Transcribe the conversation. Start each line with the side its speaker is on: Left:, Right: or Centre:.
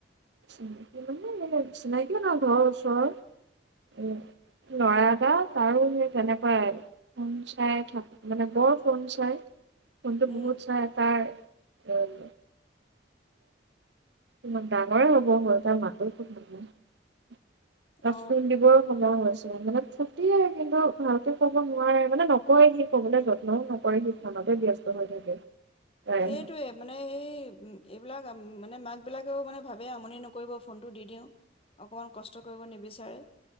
Right: চিনাকি মানে এ চিনাকি নহয় ঘৰৰ ওচৰৰ। উম, নোৱাৰা। তাৰো সেই তেনেকুৱাই, ফোন চাই থাক মানে বৰ ফোন চাই। ফোনটো
Left: উম
Right: বহুত চাই তাৰ <unintelligible> ইমান ডাঙৰে হ'ব হ'ল তাৰ মাতো শুনা নাই।
Left: অ
Right: দিবৰ সময় হৈছ ফুটিয়ে কিন্তু ভালকে ক'ব নোৱাৰে মানে নকয় সি ক'বলৈ যত্নও নকৰে সি ফোনতে ব্যস্ত হৈ থাকে। প্ৰায়।
Left: সেইটোৱে মানে সেই উ এইবিলাক অম মানে মাকবিলাকেও মানে ভাবেই আমনি নকৰিব ফোনটো দি দিওঁ, অকণমান কষ্ট কৰিব নিবিচাৰে,